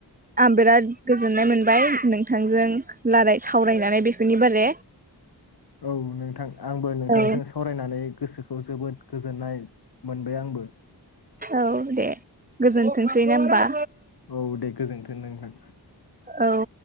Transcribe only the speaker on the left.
औ नोंथां आंबो नोंथांजों
<unintelligible> सावरायनानै गोसोखौ जोबोद गोजोननाय मोनबाय आंबो।
औ दे गोजोनथों नोंथां